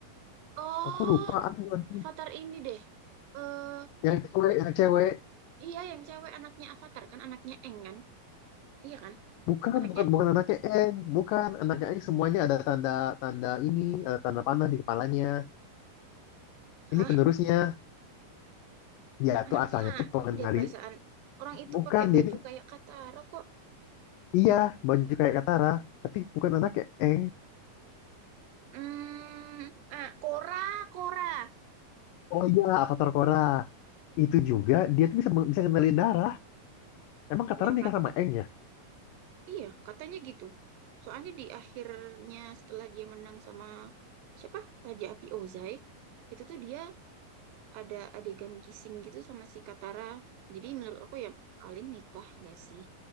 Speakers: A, on the right (about 80°); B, on the left (about 80°).
A: oh
B: Aku lupa. aduh, aduh.
A: avatar ini deh eh
B: Yang cewek, yang cewek.
A: iya yang cewek anaknya avatar kan anaknya Eng kan iya kan
B: Bukan,
A: anaknya
B: bukan, bukan anaknya Eng, bukan anaknya Eng semuanya ada tanda tanda ini, ada tanda panah di kepalanya. Ini
A: hah
B: penerusnya. dia
A: anaknya
B: tuh asalnya tuh pengen
A: Eng deh
B: nari,
A: perasaan orang itu
B: bukan
A: pakai baju
B: jadi
A: kayak Katara kok
B: iya baju kayak Katara tapi bukan anak kayak Eng
A: hmm ah Korra Korra
B: oh iya Avatar Korra itu juga dia tuh bisa bisa ngendaliin darah emang Katara
A: ya
B: nikah sama Eng ya
A: Iya, katanya gitu. Soalnya di akhirnya setelah dia menang sama siapa? Raja Api Ozai, itu tuh dia ada adegan kissing gitu sama si Katara. Jadi menurut aku ya paling nikah nggak sih?